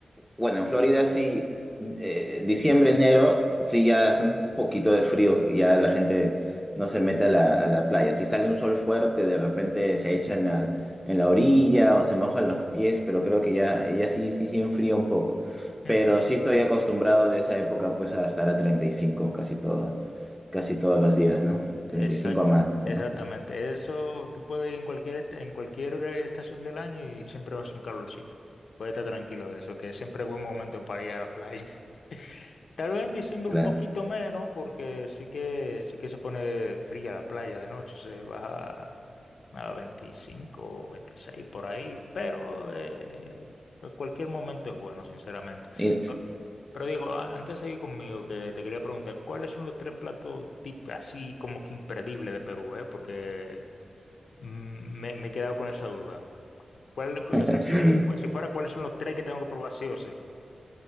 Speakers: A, in the centre; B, on the left.
A: Bueno, en Florida sí, eh, diciembre, enero, sí ya hace un poquito de frío, que ya la gente no se mete a la, a la playa. Si sale un sol fuerte, de repente se echa en la, en la orilla o se mojan los pies, pero creo que ya, ya sí, sí, sí enfría un poco.
B: ujú.
A: Pero sí estoy acostumbrado de esa época pues a estar a treinta y cinco casi todo, casi todos los días, ¿no? treinta
B: Exact-
A: y cinco a más,
B: exactamente.
A: ¿no?
B: Eso tú puedes ir en cualquier, est- en cualquier eh, estación del año y siempre vas a un calorcito. Puedes estar tranquilo de eso, que siempre es buen momento para ir a la playa. Tal vez en diciembre
A: Claro.
B: un poquito menos, porque sí que, sí que se pone fría la playa de noche, se baja a veinticinco o veintiséis por ahí, pero eh, cualquier momento es bueno, sinceramente.
A: Y-
B: Pero, pero digo, a- antes de ir conmigo, que te quería preguntar, ¿cuáles son los tres platos tip así como que imperdibles de Perú, eh? Porque mm, me, me he quedado con esa duda. ¿Cuál, o
A: <laughs>
B: sea, si, si fue- si fuera, ¿cuáles son los tres que tengo que probar sí o sí?